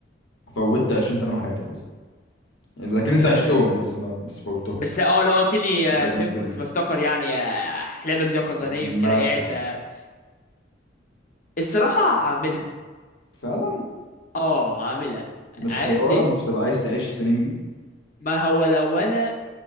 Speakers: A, on the left; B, on the left.
A: فوتت 20 سنه من حياتك بس يعني لكن انت
B: آه
A: عشتهم بس ما بس فوتهم
B: بس اه لو اكني
A: if
B: آه،
A: that
B: فاهم
A: makes sense
B: كنت بفتكر يعني آه، احلام اليقظه نايم
A: مثلا
B: كده قاعد آه، الصراحه هعملها
A: فعلا
B: اه هعملها
A: مش
B: عارف
A: خساره
B: ليه
A: مش تبقى عايز تعيش السنين دي
B: ما هو لو انا